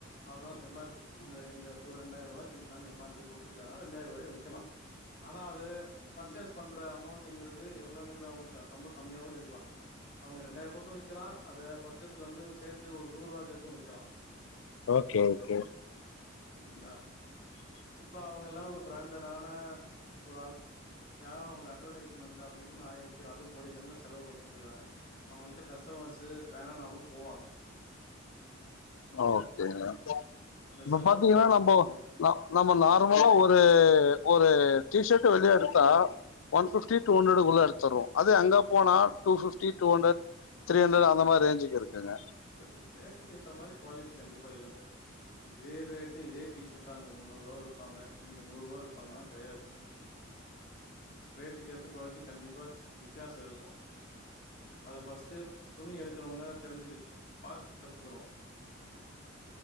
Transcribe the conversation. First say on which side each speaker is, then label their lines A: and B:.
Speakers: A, on the left (about 50°); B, on the left (about 75°).
A: அதுதா எம் ஆர் பி இந்த இந்த ஒரு ரெண்டாயிர ரூபாய்க் கு விக்கலான்னு எம் ஆர் பி குடுத்துருக்காங்கனா ரெண்டாயிரா வரையு விக்கலா ஆனா அது பர்ச்சேஸ் பண்ற அமௌண்ட்ங்கிறது எவ்ளோங்கிறது அவங்களுக்கு ரொம்ப கம்மியாவு இருக்கலா அவங்க ரெண்டாயிர ருபக்கு விக்கலா அத பர்ச்சேஸ்ல இருந்து சேத்து ஒரு நூறு ரூபா சேர்த்து விக்கலா
B: ஓகே ஓகே
A: சரிங்களா இப்ப அவங்க எல்லா ஒரு பிராண்டடான ஒரு ஆள் யாரு அவங்க அட்வர்டைஸ்மெண்ட் அப்டின்னு ஆயிரத்து அதிக கோடிக்கணல செலவு பண்ணிட்டு இருக்கறாங்க அவங்கள்ட்ட கஸ்டமர்ஸ்சு வேனானாலு போவாங்க
B: ஓகேங்க
A: அந்த
B: இப்ப
A: செலவு
B: பாத்தீங்கன்னா நம்போ
A: சும்மா பண்ணிரு
B: ந நம்ம நார்மலா ஒரு ஒரு டீஷர்ட் வெளியே எடுத்தா ஒன் ப்பிப்டி டூஹண்ட்ரடக்குள்ள எடுத்துருவோ அதே அங்க போனா two fifty to hundred three hundred அத மாரி ரேஞ்சுக்கு இருக்குங்க
A: இல்ல அது ரேட்டுக்கு ஏத்த மாரி குவாலிட்டி கண்டிப்பா இருக் இதே ரேட்டு இதே டீஷர்ட அங்க முன்னு ருபாவா விப்பாங்க இங்க நூறுரூவா விப்பாங்கன்னா கெடயாது ரேட்டுக்கு ஏத்த குவாலிட்டி கண்டிப்பா வித்தியாசோ இருக்கோ அத ஃபர்ஸ்ட்டு துணி எடுக்கறவங்க தெரிஞ்சி பாத்து கத்துக்கணு